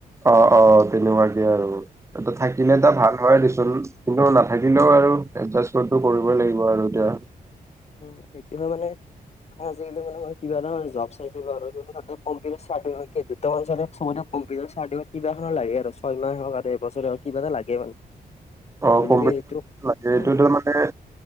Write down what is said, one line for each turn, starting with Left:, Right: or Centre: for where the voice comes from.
Right: অ', অ', তেনেকুৱাকে আৰু। এটা থাকিলে এটা ভাল হয় দেচোন। কিন্তু নাথাকিলেও আৰু এডজাষ্টমেটটো কৰিবই লাগিব আৰু এতিয়া।
Left: উম, সেইটোহে মানে মানে আজিকালি মান মই কিবা এটা জব চাইছিলোঁ আৰু, তাতে কম্পিউটাৰ চাৰ্টিফিকেট <unintelligible> বৰ্তমান <unintelligible> ছবতে কম্পিউটাৰ চাৰটিফিকেট কিবা এখন লাগে আৰু চয় মহে হওঁক আৰু এবছৰে হওঁক কিবা এটা লাগে মানে। <inaudible>
Right: অ', কম্পিটিন
Left: কি এইটো
Right: <inaudible> লাগে
Left: উম
Right: এইটো তাৰ মানে